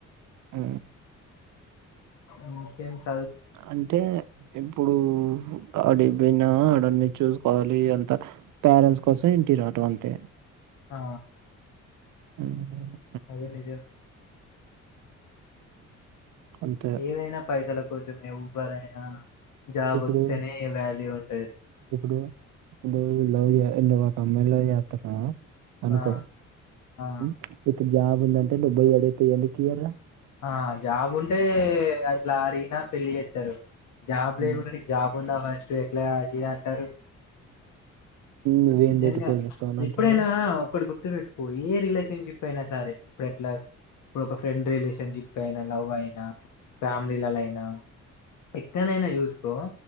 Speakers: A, on the right (about 80°); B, on the left (about 75°).
A: ఉ
B: ఇంకెల్స్
A: అంటే ఇప్పుడు అడికి పోయిన అడన్ని చూసుకోవాలి అంత. పేరెంట్స్ కోసం ఇంటి రావటం అంతే
B: ఆ
A: ఉ ఊ
B: అది నిజమే
A: అంతే
B: ఏవైనా పైసల కోసమే ఎవ్వరైనా జాబ్
A: ఇప్పుడు
B: వస్తేనే వాల్యూ ఉంటుంది
A: ఇప్పుడు నువ్వు లవ్ చే నువ్వు ఒక అమ్మాయి నీ లవ్ చేతన్నావ్ అనుకో
B: ఆ ఆ
A: ఉ ఇప్పుడు జాబ్ ఉందంటే నువ్ పోయి అడిగితే ఎందు ఇయరా
B: ఆ జాబ్ ఉంటే అట్లా అడిగినా పెళ్ళి చేస్తారు జాబ్ లేకుండాకు
A: ఉమ్,
B: జాబ్ ఉంద ఫస్ట్ ఎట్లా అది అంటారు
A: నువ్వేం
B: నిజంగా
A: పెట్టి పోషిస్తావ్ అని అంటారు
B: ఎప్పుడైనా ఒకటి గుర్ పెట్టుకో ఏ రిలేషన్షిప్ అయినా సరే ఇప్పు ఎట్ ఇప్పుడు ఒక ఫ్రెండ్ రిలేషన్ సన్జిప్ప అయినా లవ్ అయినా ఫ్యామిలీలలో అయినా ఎక్కనైనా చూసుకో